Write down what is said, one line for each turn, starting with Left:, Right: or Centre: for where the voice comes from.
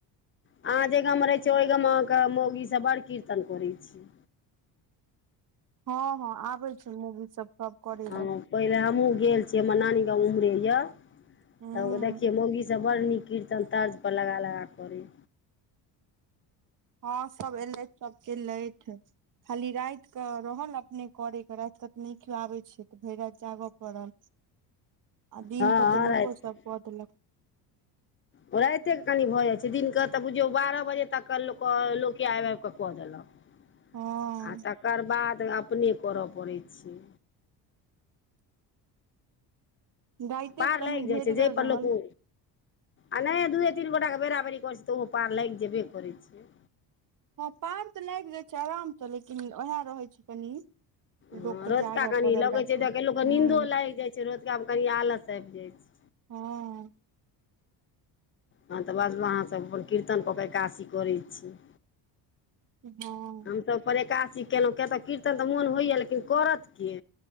Left: अहाँ जे गाम मे रहे छियै ओइ गाम म अहाँ कऽ मौगी सब बड़ कीर्तन करे छी
Right: हं हं आबै छै मौगी सब सब करै
Left: हँ
Right: लए
Left: पहिले हमहूँ गेल छियै हमर नानी गाम व ओम्हरे यऽ <inaudible>
Right: ह
Left: तऽ देखियै मौगी बड़ड नीक कीर्तन तर्ज पर लगा लगा करी
Right: हँ सब एलथि सब कलैथ खाली राति कऽ रहल अपने करे के रात कऽ तऽ नहि केयो आबे छै तऽ भरि राति जागऽ पड़ल आ दिन
Left: हँ
Right: के तऽ लोको
Left: राति
Right: सब कऽ देलक
Left: राते कऽ कनि भऽ जाइ छै दिन क तऽ बुझियौ बारह बजे तक के लोक लोकके आबि आबि कऽ कऽ देलक <unintelligible>
Right: हँ
Left: आ तकर बाद अपने करऽ पड़ै छै
Right: राइते
Left: पार
Right: कनि
Left: लागि जाइ
Right: भेटगर
Left: छै जाहि पर
Right: रहल
Left: लोक ओ आ नहि दुए तीन गोटटा के बेरा बेरी करै छै तऽ ओहो पार लागि जेबे करै छै
Right: हँ पार तऽ लागि जाइ छै आराम सँ लेकिन उएह रहै छै कनि
Left: हँ
Right: लोक के
Left: रतुका
Right: जागऽ
Left: कनि
Right: पड़ल
Left: लगैत
Right: राति कऽ
Left: छै लोक
Right: ह
Left: नीन्दो लागि जाइत छै रतुका मे कनि आलस आबि जाइ छै
Right: हँ
Left: हँ तऽ बस अहाँ सभ अपन कीर्तन कऽ के एकादसी करै छी
Right: हँ
Left: तऽ पर एकादासी केलहुँ किया तऽ कीर्तन तऽ मोन होइया लेकिन करत के